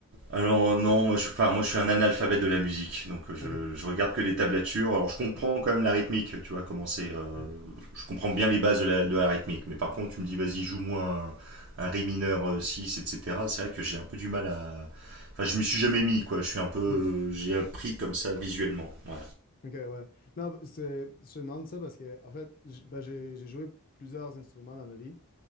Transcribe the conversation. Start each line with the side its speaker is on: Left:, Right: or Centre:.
Right: Alors non, moi je, suis- enfin, moi je suis un analphabète de la musique, donc euh, je,
Left: OK.
Right: je regarde que les tablatures. Alors je comprends quand même la rythmique, tu vois, comment c'est. euh,
Left: Mhm.
Right: je comprends bien les bases de la, de la rythmique, mais par contre tu me dis vas-y joue-moi un, un ré mineur euh, 6, etc. C'est vrai que j'ai un peu du mal à. Enfin, je m'y suis jamais mis, quoi. Je suis un peu,
Left: Mhm.
Right: j'ai appris comme ça visuellement. Ouais.
Left: OK, ouais. Non, c'est, je te demande ça parce que, en fait, j- ben, j'ai j'ai joué plusieurs instruments dans ma vie.